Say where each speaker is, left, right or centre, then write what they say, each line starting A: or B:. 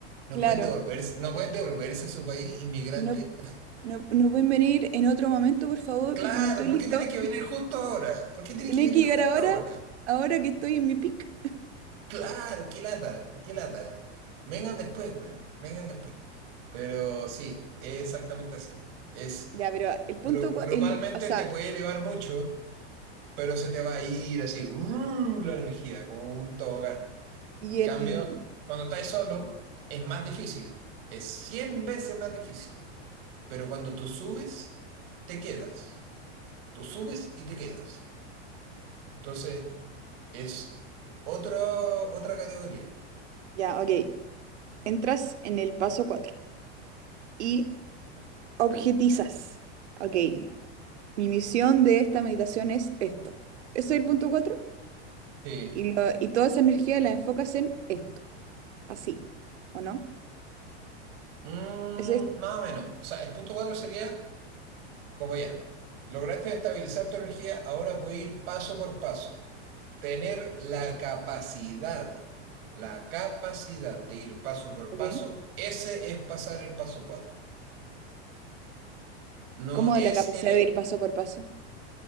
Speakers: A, on the right; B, on the right.
A: no
B: claro.
A: pueden devolverse, no pueden devolverse a su país inmigrante.
B: No, no, no pueden venir en otro momento, por favor,
A: Claro,
B: porque no estoy
A: ¿por
B: listo.
A: qué tienen que venir justo ahora? ¿Por qué tienen
B: Tenéis
A: que venir
B: que llegar
A: justo
B: ahora,
A: ahora?
B: ahora que estoy en mi pic.
A: Claro, qué lata, qué lata. Vengan después, weón, vengan después. Pero sí, es exactamente así. Es
B: Ya, pero el punto,
A: gru-
B: cua-
A: grupalmente
B: el, o sea,
A: te puede elevar mucho, pero se te va a ir así, ¡uh! la energía, como un tobogán.
B: y
A: En cambio,
B: el,
A: cuando estás solo, es más difícil. Es 100 veces más difícil. Pero cuando tú subes, te quedas. Tú subes y te quedas. Entonces, es otra otra categoría.
B: ya, ok. Entras en el paso 4 y objetizas. Ok, mi misión de esta meditación es esto. Eso es el punto cuatro
A: Sí.
B: Y, lo- y toda esa energía la enfocas en esto, así, ¿o no?
A: Mm,
B: Es esto,
A: más o menos. O sea, el punto 4 sería como ya. Lograste estabilizar tu energía, ahora puedes ir paso por paso. Tener la capacidad, la capacidad de ir paso por
B: ok.
A: paso, ese es pasar el paso cuatro No
B: Como
A: es
B: de la capacidad
A: el...
B: de ir paso por paso,